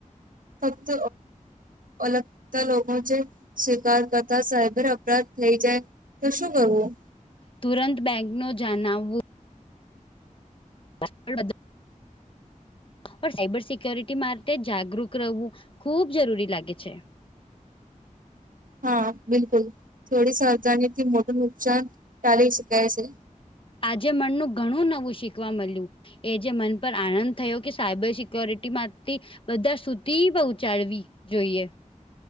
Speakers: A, on the right; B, on the left.
A: ફક્ત. અલગતા લોકો છે સ્વીકાર કરતા સાયબર અપરાધ થઈ જાય. તો શું કરવું.
B: તુરંત બેંક નો જણાવવો. બ <inaudible> <unintelligible> ઓ સાયબર સિક્યોરિટી માટે જાગૃત રહેવું ખૂબ જરૂરી લાગે છે.
A: હા બિલકુલ થોડી સહજાનીથી મોટ ઉપુચાર ટાલે શકાય છે.
B: આજે મનનું ઘણું નવું શીખવા મળ્યું. એ જે મન પર આનંદ થયો કે સાયબર સિક્યોરિટી માંથી. બધા સુતી પહોંચાડવી જોઈએ